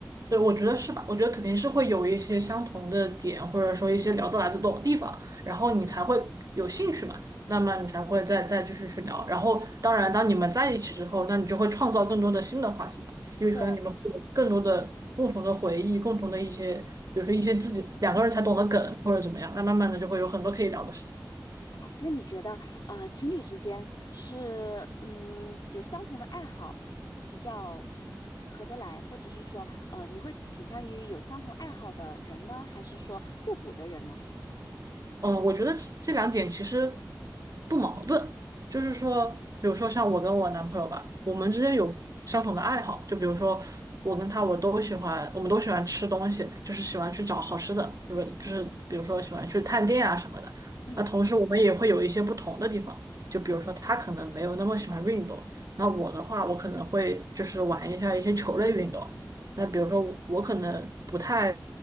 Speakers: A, on the right; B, on the left.
A: 对，我觉得是吧？我觉得肯定是会有一些相同的点，或者说一些聊得来的懂的地方，然后你才会有兴趣嘛，那么你才会再再继续去聊。然后，当然，当你们在一起之后，那你就会创造更多的新的话题嘛，因为可能你们会有更多的共同的回忆，
B: 对，
A: 共同的一些，比如说一些自己两个人才懂得梗或者怎么样，那慢慢的就会有很多可以聊的事情。
B: 哎，那你觉得，呃，情侣之间是，嗯，有相同的爱好比较合得来，或者是说，呃，你会倾向于有相同爱好的人呢，还是说互补的人呢？
A: 嗯，呃我觉得这这两点其实不矛盾，就是说，比如说像我跟我男朋友吧，我们之间有相同的爱好，就比如说我跟他，我都喜欢，我们都喜欢吃东西，就是喜欢去找好吃的，对吧？就是比如说喜欢去探店啊什么的。
B: 嗯，
A: 那同时我们也会有一些不同的地方，就比如说他可能没有那么喜欢运动，那我的话，我可能会就是玩一下一些球类运动。那比如说我可能不太